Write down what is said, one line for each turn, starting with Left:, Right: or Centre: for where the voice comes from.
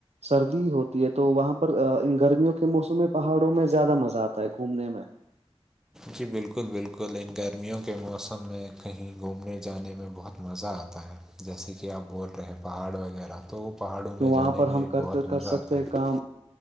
Right: سردی ہوتی ہے تو وہاں پر ان گرمیوں کے موسم میں پہاڑوں میں زیادہ مزہ آتا ہے گھومنے میں
Centre: جی بالکل بالکل ان گرمیوں کے موسم میں کہیں گھومنے جانے میں بہت مزہ آتا ہے جیسے کہ آپ بول رہے ہیں پہاڑ وغیرہ تو پہاڑوں
Right: کی
Centre: میں
Right: وہاں
Centre: جانے
Right: پر
Centre: میں
Right: ہم کرتے
Centre: بہت مزہ
Right: کر سکتے
Centre: آتا
Right: ہیں
Centre: ہے
Right: کام